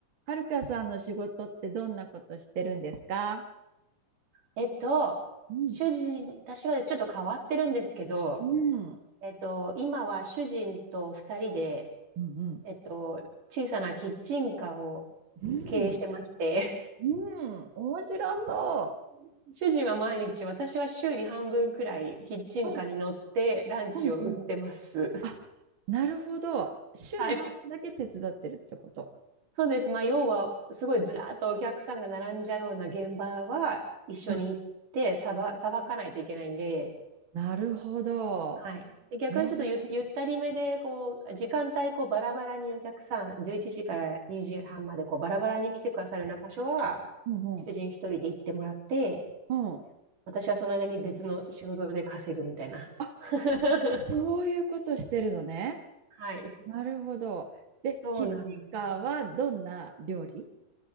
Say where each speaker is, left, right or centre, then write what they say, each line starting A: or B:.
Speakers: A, on the right; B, on the right.
A: はるかさんの仕事ってどんなことしてるんですか
B: えっと、
A: うん、
B: 主人、私はちょっと変わってるんですけど、
A: うん、うん、
B: えっと、今は主人と二人で、
A: うん、
B: えっと、小さなキッチンカーを
A: うん、
B: 経営してまして、
A: うん面白そ
B: <laughs> 主人は毎日、私は週に半分くらいキッチンカーに乗ってランチを売ってます。
A: う。あ、うんうん。あ、なるほど。週の半分だけ手伝ってるってこと。
B: <laughs> はい。そうです。まあ、要は、すごいずらーっとお客さんが並んじゃうような現場は一緒に行って、
A: うん、
B: さば、さばかないといけないんで、
A: なるほど。
B: はい。で逆にちょっとゆ、
A: えー、
B: ゆったりめで、こう、時間帯、こう、バラバラにお客さん、11時から2時半まで、こう、バラバラに来てくださるような場所は、
A: うんうん、
B: 主人一人で行ってもらって、
A: うん。
B: 私はその間に別の仕事で稼ぐみたいな。
A: あ、
B: <laughs>
A: そういうことしてるのね。
B: はい。
A: なるほど。で、
B: そうなんですよ。
A: キッチンカーはどんな料理